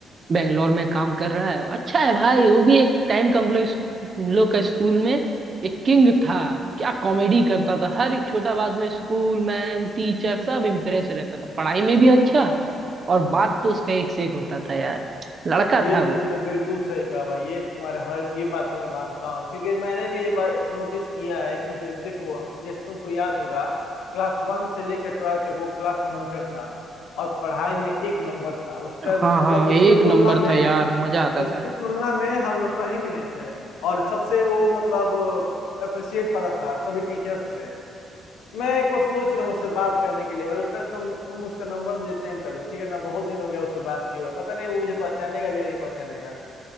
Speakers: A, on the right; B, on the left.
A: बेंगलोर में काम कर रहा है अच्छा है भाई वो भी एक टाइम का हम लोग हम लोग का स्कूल में एक किंग था क्या कॉमेडी करता था हर एक छोटा बात में स्कूल मैम टीचर सब इम्प्रेस रहता था पढ़ाई में भी अच्छा और बात तो उसका एक से एक होता था यार लड़का
B: ये
A: था
B: तो
A: वो
B: तुमने बिल्कुल सही कहा भाई ये तुम्हारे हर ये बात तो मैं मानता हूँ क्योंकि मैंने भी ये बात नोटिस किया है कि जे- देखो जैसे तुमको याद होगा क्लास वन से लेकर ट्वेल्थ तक वो क्लास मॉनिटर था और पढ़ाई में एक नंबर था उसका
A: हाँ
B: मतलब
A: हाँ
B: उसकी
A: एक
B: तुलना
A: नंबर
B: में
A: था यार मजा आता था
B: उसकी तुलना में हम लोग कहीं भी नहीं थे और सबसे वो मतलब अप्रिशिएट पाता था सभी टीचर्स से मैं एक बार सोच रहा हूँ उससे बात करने के लिए भाई उसका तुम तुम उसका नंबर मुझे सेंड कर दो ठीक है ना बहुत दिन हो गया उससे बात किए हुए पता नहीं वो मुझे पहचानेगा भी या नहीं पहचानेगा